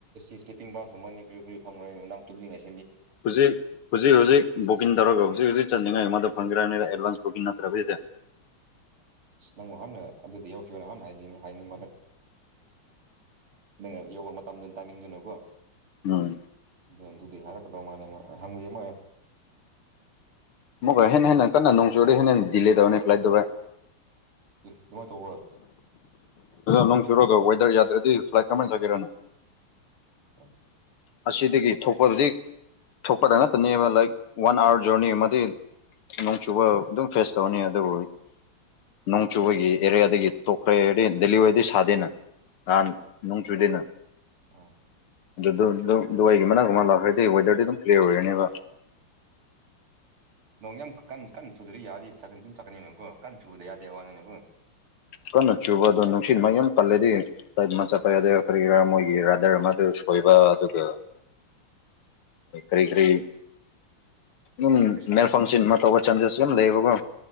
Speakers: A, on the right; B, on the left.
A: ꯑꯦ ꯁꯂꯤꯞꯄꯤꯡ ꯕꯥꯁꯀꯨꯝꯕꯅꯤ ꯀꯔꯤ ꯀꯔꯤ ꯐꯪꯉꯣꯏꯅꯣ ꯅꯪ ꯇꯨꯝꯅꯤꯡꯉꯥꯏꯁꯤꯦ
B: ꯍꯧꯖꯤꯛ ꯍꯧꯖꯤꯛ ꯍꯧꯖꯤꯛ ꯕꯨꯀꯤꯟ ꯇꯧꯔꯣꯒꯣ ꯍꯧꯖꯤꯛ ꯍꯧꯖꯤꯛ ꯆꯠꯅꯤꯡꯉꯥꯏ ꯃꯗ ꯐꯪꯒ꯭ꯔꯅꯤꯗ ꯑꯦꯗꯚꯟꯁ ꯕꯨꯀꯤꯡ ꯅꯠꯇ꯭ꯔꯕꯤꯗꯦ
A: ꯑ ꯅꯪꯉꯣ ꯍꯥꯟꯅ ꯑꯗꯨꯗꯤ ꯌꯥꯎꯈꯤꯕꯈꯤꯕꯅ ꯍꯥꯟꯅ ꯍꯥꯏꯅꯤ ꯍꯥꯏꯅ ꯃꯥꯜꯂ ꯅꯪ ꯌꯧꯕ ꯃꯇꯝꯗꯨ ꯇꯥꯏꯃꯤꯡꯗꯨꯅꯨꯀꯣ
B: ꯎꯝ
A: ꯑꯗꯨꯣ ꯑꯗꯨꯗꯤ ꯍꯥꯏꯔꯛꯀꯗꯧ ꯃꯥꯜꯂ ꯍꯪꯉꯨꯏꯦ ꯃꯥ
B: ꯃꯀꯣꯏ ꯍꯦꯟꯅ ꯍꯦꯟꯅ ꯀꯟꯅ ꯅꯣꯡ ꯆꯨꯨꯔꯦ ꯍꯦꯟꯅ ꯍꯦꯟꯅ ꯗꯤꯂꯦ ꯇꯧꯅꯦ ꯐ꯭ꯂꯥꯏꯠ ꯕꯥꯥꯏ
A: ꯑꯗꯨꯃꯥꯏꯅ ꯇꯧꯕꯣꯏ
B: ꯅꯣꯡ ꯆꯨꯔꯒ ꯋꯦꯗꯔ ꯌꯥꯗ꯭ꯔꯗꯤ ꯐ꯭ꯂꯥꯏꯠ ꯀꯃꯥꯏꯅ ꯆꯒꯦꯔꯅꯣ
A: ꯑ
B: ꯑꯁꯤꯗꯒꯤ ꯊꯣꯛꯄꯗꯨꯗꯤ ꯊꯣꯛꯄꯗ ꯉꯇꯅꯦꯕ ꯂꯥꯏꯛ ꯋꯥꯟ ꯑꯥꯋꯥꯔ ꯖꯔꯅꯤ ꯑꯃꯗꯤ ꯅꯣꯡ ꯆꯨꯕ ꯑꯗꯨꯝ ꯐꯦꯁ ꯇꯧꯅꯤ ꯑꯗꯨꯕꯨ ꯅꯣꯡ ꯆꯨꯕꯒꯤ ꯑꯦꯔꯤꯌꯥꯗꯒꯤ ꯇꯣꯛꯈ꯭ꯔꯦꯗꯤ ꯗꯦꯜꯂꯤꯋꯥꯗꯤ ꯁꯥꯗꯦꯅ ꯅꯍꯥꯟ
A: ꯎꯝ
B: ꯅꯣꯪꯆꯨꯏꯗꯅ
A: ꯑꯥ
B: ꯑꯗꯨꯗꯨ ꯗꯨꯕꯥꯏꯒꯤ ꯃꯅꯥꯒꯨꯝꯕ ꯂꯥꯛꯈ꯭ꯔꯗꯤ ꯋꯦꯗꯔꯗꯤ ꯑꯗꯨꯝ ꯀ꯭ꯂꯤꯌꯥꯔ ꯑꯣꯏꯔꯅꯦꯕ
A: ꯅꯣꯡ ꯌꯥꯝ ꯀꯟ ꯀꯟ ꯆꯨꯗ꯭ꯔꯤ ꯌꯥꯔꯤ ꯆ ꯑꯗꯨꯝ ꯆꯀꯅꯤꯅꯀꯣ ꯀꯟ ꯆꯨꯗ꯭ꯔ ꯌꯥꯗꯦ ꯋꯥꯅꯤꯅꯀꯣ
B: ꯀꯟꯅꯣ ꯆꯨꯕ ꯑꯗꯨꯣ ꯅꯨꯡꯁꯤꯠ ꯃꯨꯝ ꯀꯜꯂꯗꯤ ꯃꯆꯥꯄꯗ ꯀꯔꯤꯒꯤꯔꯥ ꯃꯣꯏꯒꯤ ꯔꯥꯗꯔ ꯑꯃ ꯀꯣꯏꯕ ꯑꯗꯨꯒ ꯀꯔꯤ ꯀꯔꯤ ꯎꯝ
A: ꯔꯤꯁꯀꯤ
B: ꯃꯦꯜ ꯐꯪꯁꯟ ꯑꯃ ꯇꯧꯕ ꯆꯥꯟꯖꯦꯁ ꯌꯥꯝ ꯂꯩꯌꯦꯕꯀꯣ